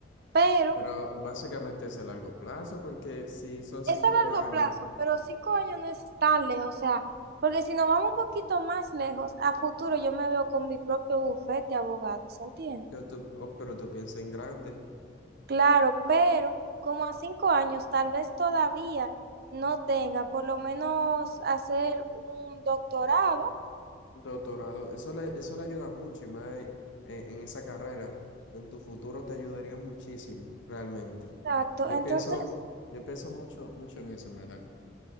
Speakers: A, on the right; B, on the left.
A: pero
B: Pero básicamente es a largo plazo, porque si son cinco
A: es a largo
B: años,
A: plazo, pero cinco años no es tan lejos, o sea, porque si nos vamos un poquito más lejos, a futuro yo me veo con mi propio bufete de abogados, ¿se entiende?
B: que tú, oh, pero tú piensas en grande,
A: Claro, pero como a cinco años tal vez todavía no tenga, por lo menos hacer un doctorado,
B: doctorado, eso le, eso le ayuda mucho y más eh, en esa carrera, en tu futuro te ayudaría muchísimo, realmente.
A: exacto.
B: Yo
A: Entonces
B: pienso, yo pienso mucho, mucho en eso, en verdad.